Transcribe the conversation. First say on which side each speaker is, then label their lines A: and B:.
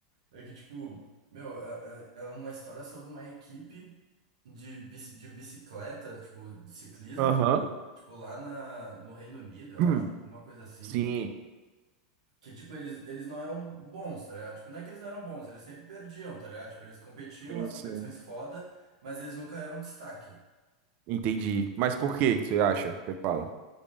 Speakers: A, on the right; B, on the right.
A: É que, tipo, meu, é, é é uma história sobre uma equipe de, bici- de bicicleta, tipo, de ciclismo,
B: Aham.
A: tá? tipo, lá na, no Reino Unido, eu
B: <clears throat>
A: acho, alguma coisa assim.
B: Sim,
A: Que, tipo, eles, eles não eram bons, tá ligado? Tipo, não é que eles não eram bons, eles sempre perdiam, tá ligado? Tipo, eles competiam,
B: sim.
A: as competições
B: sim.
A: foda, mas eles nunca eram destaque.
B: entendi. Mas
A: Aí,
B: por que você acha? Você fala.